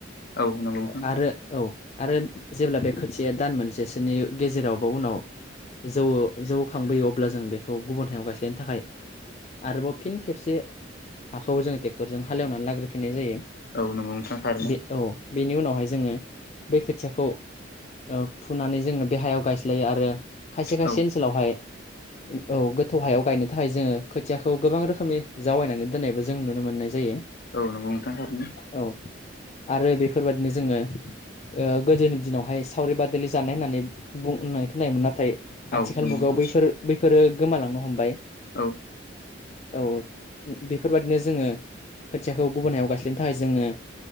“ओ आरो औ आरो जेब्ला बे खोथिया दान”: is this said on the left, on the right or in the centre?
Left